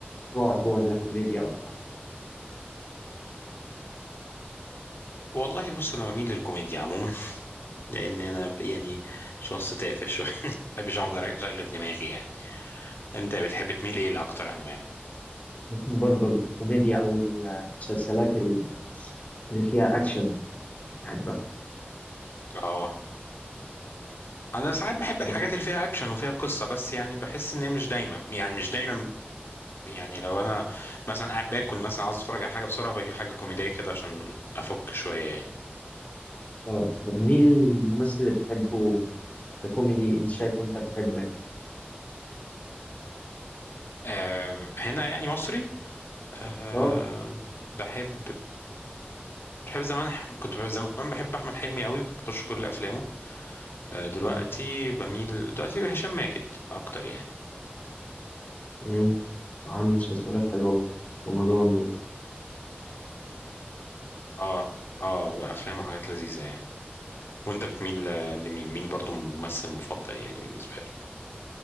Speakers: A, on the left; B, on the left.
A: رعب ولا كوميديا ولا
B: والله بص انا بميل للكوميديا عموما <laughs> لان انا ب- يعني شخص تافه شويه <laughs> ما بحبش اقعد اشغل دماغي يعني انت بتحب تميل ايه لاكتر انواع
A: ممكن برضه الكوميديا أو المسلسلات ال- اللي فيها أكشن بحبها
B: اه انا ساعات بحب
A: طب-
B: الحاجات اللي فيها اكشن وفيها قصه بس يعني بحس ان هي مش دايما يعني مش دايما يعني لو انا مثلا قاعد باكل مثلا عاوز اتفرج على حاجه بسرعه فاجيب حاجه كوميديه كده عشان افك شويه يعني.
A: اه طب مين الممثل اللي بتحبه ككوميدي أنت شايفه أنت بتحبه يعني؟
B: أه هنا يعني مصري أه
A: اه
B: بحب بحب زمان كنت بح- زمان بحب احمد حلمي قوي كنت بخش كل افلامه آه، دلوقتي
A: اه
B: بميل دلوقتي هشام ماجد اكتر يعني
A: مم، عامل مسلسلات حلوة برضه. رمضان و...
B: اه اه افلامه حاجات لذيذه يعني وانت بتميل ل- لمين مين برضو ممثل مفضل يعني بالنسبه لك